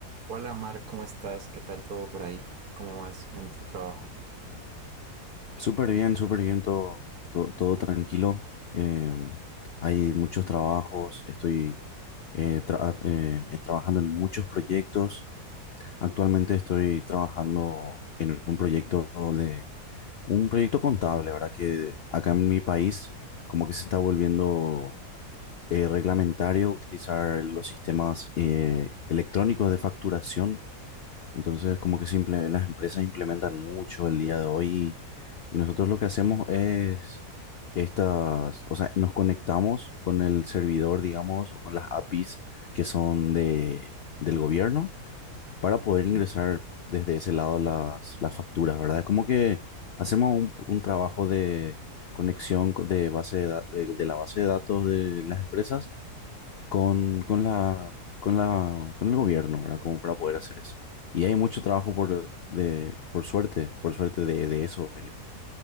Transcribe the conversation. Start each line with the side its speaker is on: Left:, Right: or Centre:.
Right: Hola Mar, ¿cómo estás? ¿Qué tal todo por ahí? ¿Cómo vas en tu trabajo?
Left: Súper bien, súper bien, todo, todo, todo tranquilo. Em, hay muchos trabajos, estoy eh, tra- eh, eh, trabajando en muchos proyectos. Actualmente estoy trabajando en un proyecto de un proyecto contable, ¿verdad? Que acá en mi país como que se está volviendo eh, reglamentario utilizar los sistemas eh, electrónicos de facturación entonces,
Right: Ujú.
Left: como que simple, las empresas implementan mucho el día de hoy y, y nosotros lo que hacemos es estas, o sea, nos conectamos con el servidor, digamos, o con las APIs que son de, del gobierno para
Right: Bien,
Left: poder ingresar desde ese lado las, las facturas, ¿verdad? Es Como que hacemos un, un trabajo de conexión co- de base de, da- de de la base de datos de las empresas con, con la, con la, con el gobierno, ¿verdad? Como para poder hacer eso. Y hay mucho trabajo por, de, por suerte, por suerte de, de eso, Felipe.